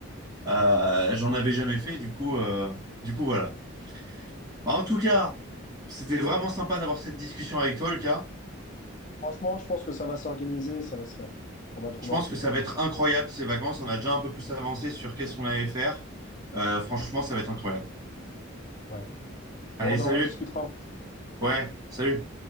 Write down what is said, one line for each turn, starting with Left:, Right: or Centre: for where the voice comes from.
Right: euh, j'en avais jamais fait, du coup, euh, du coup, voilà. En tout cas, c'était vraiment sympa d'avoir cette discussion avec toi, Lucas.
Left: Franchement, je pense que ça va s'organiser, ça va se faire. On va trouver
Right: Je pense
Left: un truc
Right: que ça
Left: sympa
Right: va être
Left: à faire.
Right: incroyable, ces vacances. On a déjà un peu plus avancé sur qu'est-ce qu'on allait faire. Euh, franchement, ça va être incroyable.
Left: Ouais.
Right: Allez,
Left: Bon, on en
Right: salut!
Left: rediscutera.
Right: Ouais, salut.